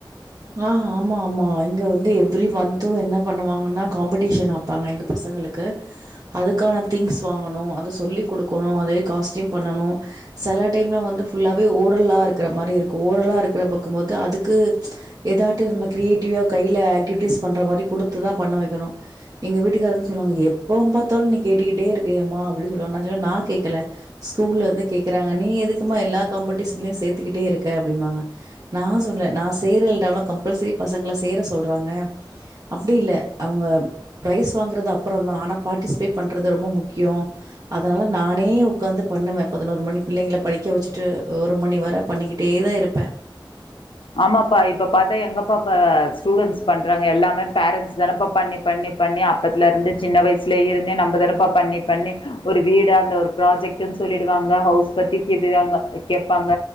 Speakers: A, on the right; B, on the left.
A: ஆ ஆமா ஆமா இங்க வந்து எவ்ரி மந்த்து என்ன பண்ணுவாங்கன்னா காம்படிஷன் அப் பாங்க எங்க பசங்களுக்கு அதுக்கான திங்ஸ் வாங்கணு அத சொல்லிக் கொடுக்கணு அதுவே காஸ்ட்யூம் பண்ணணு செல டைம்ல வந்து ஃபுல்லாவே ஓரல்லா இருக்கற மாரி இருக்கு ஓரலா இருக்கற பாக்கும் போது அதுக்கு எதாட்டு நம்ம கிரியேட்டிவா கையில ஆக்டிவிட்டிஸ் பண்ற மாரி குடுத்துதா பண்ண வெக்கணும் எங்க வீட்டுக்காரவங்க சொல்வாங்க எப்போம் பாத்தாலும் நீ கேட்டுக்கிட்டே இருக்கியேமா, அப்டி சொல்லுவாங்க நா சொல்லுவ நா கேக்கல ஸ்கூல்ல இருந்து கேக்கறாங்க நீ எதுக்குமா எல்லா காம்படிஷன்லயு சேத்துகிட்டே இருக்க அப்டிம்பாங்க நா சொல்ல நா செய்யற இல்டால்லா கம்பல்சரி பசங்கள சேர சொல்றாங்க அப்டி இல்ல அவுங்க பிரைஸ் வாங்கறது அப்றோந்தா ஆனா பார்ட்டிசிபேட் பண்றது ரொம்ப முக்யோ அதனால நானே உக்காந்து பண்ணுவ, பதினோரு மணி பிள்ளைங்கள படிக்க வெச்சுட்டு ஒரு மணி வரை பண்ணிகி டேதா இருப்ப
B: ஆமாப்பா இப்ப பாத்தா எங்கப்பாப்ப ஸ்டுடென்ஸ் பண்றாங்க எல்லாமே பேரண்ட்ஸ் தானப்பா பண்ணி பண்ணி பண்ணி அப்பத்துல இருந்து சின்ன வயசுல இருந்தே நம்ம தானப்ப பண்ணி பண்ணி ஒரு வீடு அந்த ஒரு ப்ராஜெக்டுன் சொல்லிடுவாங்க, ஹவுஸ் பத்தி கேட்டுட்டு அவுங்க கேப்பாங்க